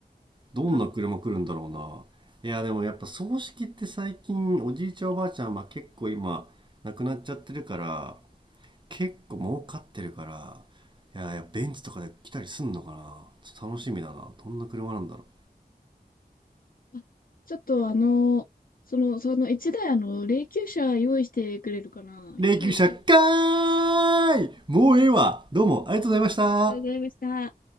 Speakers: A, on the right (about 30°); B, on the left (about 60°).
A: どんな車来るんだろうな。
B: あ、
A: いや、でもやっぱ葬式って最近、おじいちゃんおばあちゃん、まあ結構今、亡くなっちゃってるから、結構儲かってるから、いやいや、ベンツとかで来たりすんのかな。ちょっと楽しみだな。どんな車なんだろう。
B: あ、ちょっとあの、その、その一台あの、霊柩車用意してくれるかな。
A: 霊柩車か
B: 一人。
A: ーいもうええわどうもありがとうございました
B: ありがとうございました。